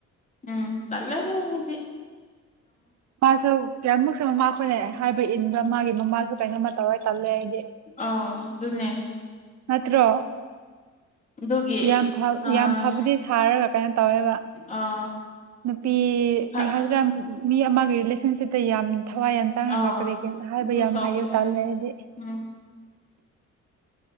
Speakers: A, on the left; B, on the right.
A: ꯎꯝꯂꯦꯗꯤ
B: ꯃꯥꯁꯨ ꯀꯌꯥꯃꯨꯛꯁꯨ ꯃꯃꯥꯈꯣꯏꯅ ꯍꯥꯏꯕ ꯏꯟꯕ ꯃꯥꯒꯤ ꯃꯃꯥꯁꯨ ꯀꯩꯅꯣꯝꯃ ꯇꯧꯔ ꯇꯜꯂꯦ ꯑꯩꯗꯤ
A: ꯑ ꯑꯗꯨꯅꯦ
B: ꯍꯥꯠꯇ꯭ꯔꯣ
A: ꯑꯗꯨꯒꯤ
B: ꯌꯥꯝ
A: ꯑꯥ
B: ꯌꯥꯝ ꯐꯕꯗꯤ ꯁꯥꯔꯒ ꯀꯩꯅꯣ ꯇꯧꯋꯦꯕ
A: ꯑꯥ
B: ꯅꯨꯄꯤ
A: ꯍꯥ
B: ꯍꯥꯏꯁꯤꯔ ꯃꯤ ꯑꯃꯒꯤ ꯔꯤꯂꯦꯁꯟꯁꯤꯞꯇ ꯌꯥꯝꯅꯤ ꯊꯋꯥꯏ ꯌꯥꯝ ꯆꯥꯡꯅ
A: ꯑꯥ
B: ꯉꯥꯛꯀꯗ ꯀꯩꯝꯇ ꯍꯥꯏꯕ
A: ꯑꯗꯨ
B: ꯌꯥꯝ
A: ꯇꯧꯕꯅꯦ
B: ꯍꯥꯏꯌꯦ ꯇꯥꯜꯂꯦ ꯑꯩꯗꯤ
A: ꯎꯝ